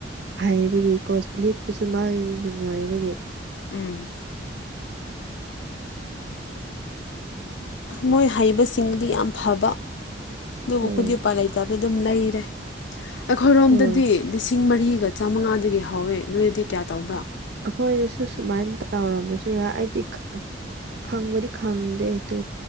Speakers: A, on the right (about 65°); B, on the left (about 75°).
A: ꯍꯥꯏꯕꯒꯤ ꯀꯣ ꯂꯤꯠꯄꯁꯨ ꯃꯥꯒꯤ ꯅꯨꯡꯉꯥꯏꯕꯒꯤ꯫
B: ꯎꯝ꯫ ꯃꯣꯏ ꯍꯩꯕꯁꯤꯡꯗꯨꯗꯤ ꯌꯥꯝ ꯐꯕ ꯑꯗꯨꯕꯨ
A: ꯍꯣꯏ
B: ꯑꯩꯈꯗꯤ ꯎꯄꯥꯏ ꯂꯩꯇꯕ ꯑꯗꯨ ꯑꯗꯨꯝ ꯂꯩꯔꯦ ꯑꯩꯈꯣꯏꯔꯣꯝꯗꯗꯤ꯫
A: ꯍꯣꯏ
B: ꯂꯤꯁꯤꯡ ꯃꯔꯤꯒ ꯆꯥꯃꯉꯥꯗꯒꯤ ꯍꯧꯋꯦ ꯅꯣꯏꯗꯗꯤ ꯀꯌꯥ ꯇꯧꯕ꯭ꯔꯥ꯫
A: ꯑꯩꯈꯣꯏꯗꯁꯨ ꯁꯨꯃꯥꯏꯅ ꯇꯧꯔꯝꯕꯁꯨ ꯌꯥꯏ ꯑꯩꯗꯤ ꯈꯪꯕꯗꯤ ꯈꯪꯗꯦ ꯑꯗꯨ